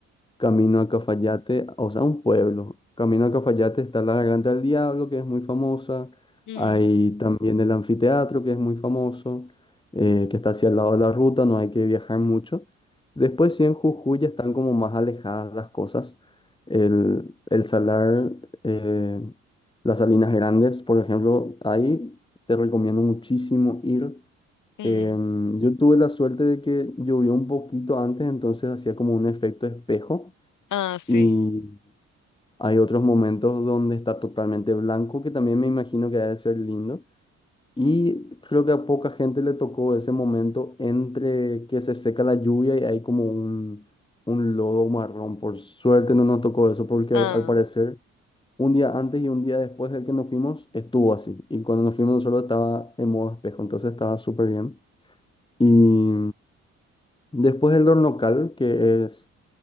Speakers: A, on the left; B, on the left.
A: Camino a Cafayate, o sea, un pueblo. Camino a Cafayate está la Garganta del Diablo, que es muy famosa.
B: mm,
A: Hay también el anfiteatro, que es muy famoso, eh, que está hacia el lado de la ruta, no hay que viajar mucho. Después, sí, en Jujuy ya están como más alejadas las cosas. El, el salar, eh, las Salinas Grandes, por ejemplo, ahí te recomiendo muchísimo ir.
B: mm.
A: Em, yo tuve la suerte de que llovió un poquito antes, entonces hacía como un efecto espejo
B: Ah, sí.
A: y hay otros momentos donde está totalmente blanco, que también me imagino que debe ser lindo. Y creo que a poca gente le tocó ese momento entre que se seca la lluvia y hay como un, un lodo marrón. Por suerte no nos tocó eso, porque
B: Ah.
A: al, al parecer un día antes y un día después del que nos fuimos estuvo así. Y cuando nos fuimos nosotros estaba en modo espejo, entonces estaba súper bien. Y después el local que es